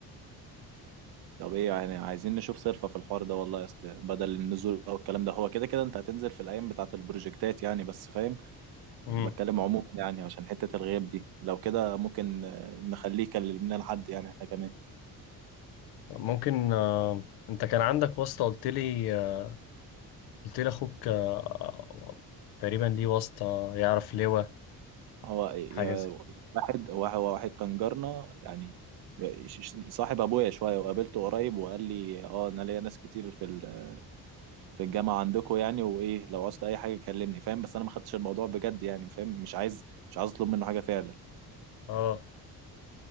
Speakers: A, on the right (about 80°); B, on the left (about 85°).
A: طب ايه يعني عايزين نشوف صرفة في الحوار ده والله اصل بدل النزول او الكلام ده هو كده كده انت هتنزل في الايام بتاعة البروجكتات يعني بس فاهم
B: مم.
A: بتكلم عموما يعني عشان حتة الغياب دي لو كده ممكن آه، نخليه يكلم لنا لحد يعني احنا كمان
B: ممكن آه، أنت كان عندك واسطة قلت لي آه، قلت لي أخوك آه، تقريبا ليه واسطة يعرف لواء
A: هو يا-
B: حاجة زي
A: واحد هو هو واحد كان جارنا يعني يا- ش- ش- صاحب ابويا شوية وقابلته قريب وقال لي اه انا ليا ناس كتير في ال- في الجامعة عندكم يعني وايه لو عاوزت اي حاجة كلمني فاهم بس انا ما خدتش الموضوع بجد يعني فاهم مش عايز مش عايز اطلب منه حاجة فعلا
B: آه